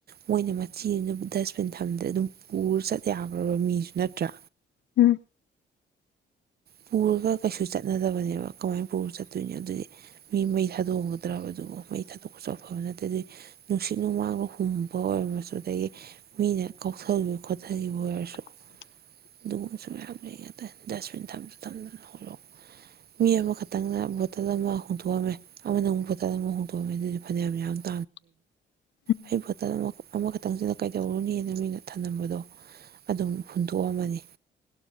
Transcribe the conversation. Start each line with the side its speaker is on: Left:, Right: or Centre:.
Right: ꯃꯣꯏꯅ ꯃꯆꯦ ꯑꯃ ꯗꯁꯕꯤꯟ ꯊꯝꯗ꯭ꯔ ꯑꯗꯨꯝ ꯄꯨ ꯁꯠ ꯌꯥꯈ꯭ꯔꯕ ꯃꯤꯁꯨ ꯅꯠꯇ꯭ꯔꯥ
Left: ꯎꯝ
Right: ꯄꯨꯔꯒ ꯀꯩꯁꯨ ꯆꯠꯅꯗꯕꯅꯦꯕ ꯀꯃꯥꯏꯅ ꯄꯨꯔ ꯆꯠꯇꯣꯏꯅꯣ ꯑꯗꯨꯗꯤ ꯃꯤ ꯃꯩ ꯊꯥꯗꯣꯛꯑꯒꯗ꯭ꯔꯕꯗ ꯃꯩ ꯊꯥꯗꯣꯛꯄꯁꯨꯐꯕ ꯅꯠꯇꯦ ꯑꯗꯨꯗꯤ ꯅꯨꯡꯁꯤꯠ ꯅꯨꯡꯃꯥꯡꯕ ꯍꯨꯝꯕ ꯑꯣꯏꯔ ꯃꯁꯨꯨ ꯑꯗꯒꯤ ꯃꯤꯅ ꯀꯧꯊꯜꯒꯤ ꯈꯣꯠꯊꯈꯤꯕ ꯑꯣꯏꯔꯁꯨ
Left: <inaudible>
Right: ꯑꯗꯨꯒꯁꯨ ꯃꯌꯥꯝ ꯂꯩꯉꯗ ꯗꯁꯕꯤꯟ ꯊꯝꯁꯨ ꯊꯝꯅꯂꯛ ꯃꯤ ꯑꯃꯈꯛꯇꯪꯅ ꯕꯣꯇꯜ ꯑꯃ ꯍꯨꯟꯗꯣꯛꯑꯝꯃꯦ ꯑꯃꯅ ꯑꯃꯨꯛ ꯕꯣꯇꯜ ꯑꯃ ꯍꯨꯟꯗꯣꯛꯑꯝꯃꯦ ꯑꯗꯨꯗꯤ ꯐꯅꯌꯥꯝ ꯌꯥꯝꯗ꯭ꯔꯦ
Left: <inaudible>
Right: ꯑꯩ ꯕꯣꯇꯜ ꯑꯃ ꯑꯃꯈꯛꯇꯪꯁꯤꯅ ꯀꯩꯗꯧꯔꯨꯅꯤꯅ ꯃꯤꯅ ꯊꯝꯂꯝꯕꯗꯣ ꯑꯗꯨꯝ ꯍꯨ ꯇꯣꯛꯑꯝ ꯑꯃꯅꯤ